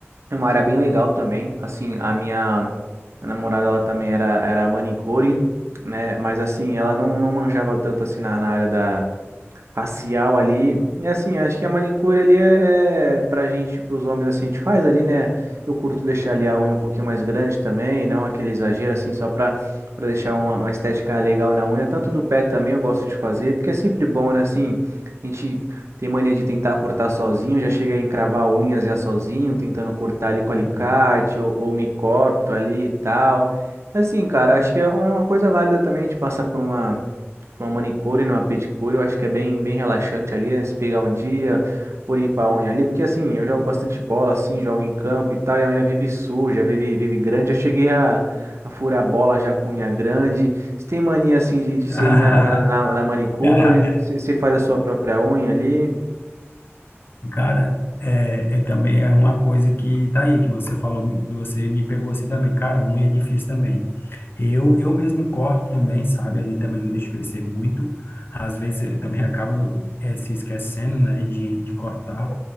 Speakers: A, on the right; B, on the left.
A: é uma área bem legal também. Assim, a minha a namorada, ela também era, era manicure, né? Mas assim, ela não, não manjava tanto assim na, na área da, facial ali. E assim, acho que a manicure ali é, é pra gente, pros homens assim, a gente faz ali, né? Eu curto deixar ali a unha um pouquinho mais grande também, não aquele exagero assim, só pra, pra deixar uma, uma estética legal na unha. Tanto do pé também eu gosto de fazer, porque é sempre bom, né? Assim, a gente tem mania de tentar cortar sozinho, já chega a encravar unhas já sozinho, tentando cortar ali com alicate
B: E-
A: ou, ou me corto ali e tal. Assim, cara, acho que é uma é uma coisa válida também a gente passar por uma. Uma manicure, né, uma pedicure, eu acho que é bem, bem relaxante ali, né? Se pegar um dia, vou limpar a unha ali, porque assim, eu jogo bastante bola, assim, jogo em campo e tal, e a unha vive suja, vive, vive grande. Já cheguei a, a furar a bola já com unha grande. Você tem mania, assim, de, de você
B: <laughs>
A: ir na, na, na, na manicure,
B: Cara,
A: você você faz a sua própria unha ali?
B: cara, é, é também é uma coisa que tá aí, que você falou, que você me pegou assim também. Cara, unha é difícil também. Eu, eu mesmo corto também, sabe? Ali também não deixo crescer muito. Às vezes eu também acabo eh, se esquecendo, né, de, de cortar.